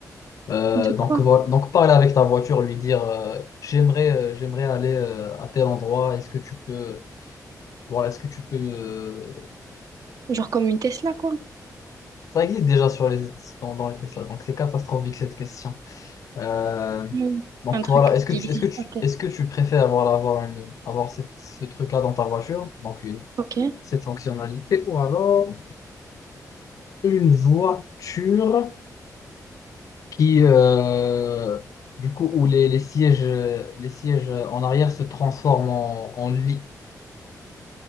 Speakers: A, on the left; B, on the right.
A: Euh,
B: De
A: donc,
B: quoi?
A: voilà, donc parler avec ta voiture, lui dire euh, j'aimerais euh, j'aimerais aller euh, à tel endroit, est-ce que tu peux voilà, est-ce que tu peux me-
B: Genre comme une Tesla, quoi.
A: Ça existe déjà sur les dans, dans les Tesla, donc c'est catastrophique cette question. Euh,
B: Mm.
A: donc
B: Un truc
A: voilà, est-ce que
B: qui
A: tu
B: existe
A: est-ce que tu
B: pas peut-être.
A: est-ce que tu préfères voilà, avoir une avoir cette, ce truc-là dans ta voiture, donc une
B: Ok.
A: cette fonctionnalité, ou alors une voiture qui euh, du coup, où les, les sièges, euh, les sièges en arrière se transforment en, en lit.